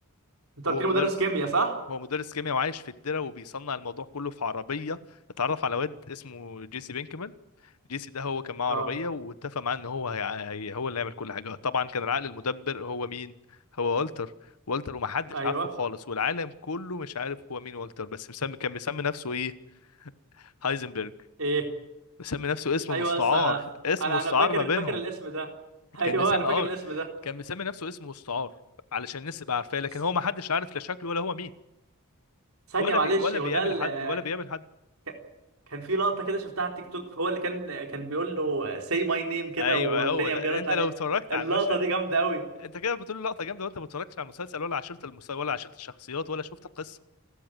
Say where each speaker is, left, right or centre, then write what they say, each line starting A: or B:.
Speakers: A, on the right; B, on the left.
A: انت
B: هو
A: قلت لي
B: مدرس
A: مدرس كيمياء صح
B: هو مدرس كيمياء وعايش في الدره وبيصنع الموضوع كله في عربيه اتعرف على واد اسمه جيسي بينكمان جيسي ده هو كان معاه
A: اه
B: عربية واتفق معاه ان هو هي... هي- هو اللي يعمل كل حاجة طبعا كان العقل المدبر هو مين هو والتر والتر ومحدش
A: ايوه
B: عارفه خالص والعالم كله مش عارف هو مين والتر بس مسمي كان مسمي نفسه ايه هايزنبرج
A: ايه
B: مسمي نفسه اسم
A: ايوه
B: مستعار
A: بس انا
B: اسم
A: انا
B: مستعار
A: انا فاكر
B: ما بينهم
A: فاكر الاسم ده <laughs> ايوه
B: كان مسمي
A: انا فاكر
B: اه
A: الاسم ده
B: كان مسمي نفسه اسم مستعار علشان الناس تبقى عارفاه لكن
A: س-
B: هو محدش عارف لا شكله ولا هو مين
A: ثانيه
B: ولا
A: معلش
B: بي... ولا
A: هو
B: بيقابل
A: ده ال-
B: حد ولا بيقابل حد
A: ك- كان في لقطه كده شفتها على التيك توك هو اللي كان كان بيقول له say my name كده
B: ايوه
A: والتاني
B: هو ده
A: قام جاي رد
B: انت
A: عليه
B: لو اتفرجت
A: اللقطه
B: على المشهد
A: دي جامده قوي
B: انت كده بتقول لقطه جامده وانت ما اتفرجتش على المسلسل ولا عشرت المسلسل ولا عشرت الشخصيات ولا شفت القصه